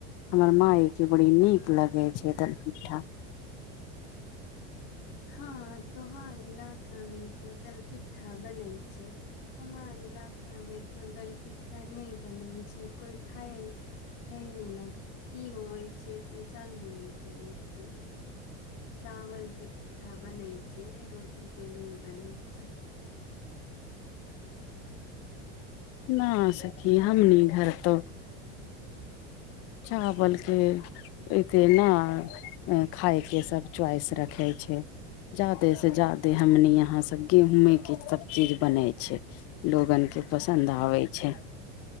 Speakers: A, on the left; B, on the left.
A: हमर माई केँ बड़ी नीक
B: ह
A: लगे छै तनि ठा
B: हाॅं तोहार इलाका मे त तलपिठ्ठा बनै छै हमार इलाका मे त दलपिट्ठा नहि बनै छै कोइ खाय खयबे ना की होवे छैै से जानबे नहि करे छियै चावल के पिठा बनै छै रोटी के नै बनै छै
A: ना सखी हमनी घर तो चावल के एते ने अ खायके सभ च्वाइस रखै छै जादे से जादे हमनी यहां सब गेहूंमे के सब चीज बनै छै लोगन के
B: हम्म,
A: पसन्द आबे छै